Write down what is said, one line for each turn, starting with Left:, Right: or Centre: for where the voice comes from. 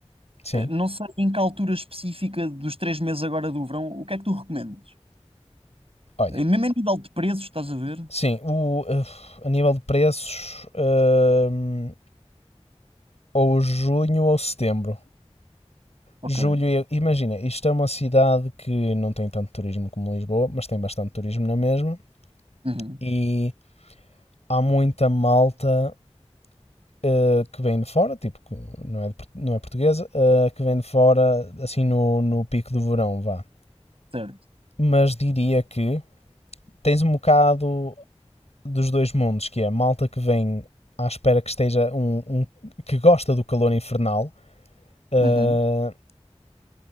Left: sim.
Right: eh, não sei em que altura específica dos três meses agora do verão, o que é que tu recomendas?
Left: Olha,
Right: Eh, Mesmo a nível de preços, estás a ver?
Left: sim, o, eh, a nível de preços, hum, ou junho ou setembro.
Right: Ok.
Left: Julho, e- imagina, isto é uma cidade que não tem tanto turismo como Lisboa, mas tem bastante turismo na mesma.
Right: Uhum.
Left: E há muita malta eh, que vem de fora, tipo, não é, de não é portuguesa, eh, que vem de fora, assim, no, no pico do verão, vá.
Right: Certo.
Left: Mas diria que tens um bocado dos dois mundos, que é malta que vem à espera que esteja um, um- que gosta do calor infernal eh,
Right: Uhum.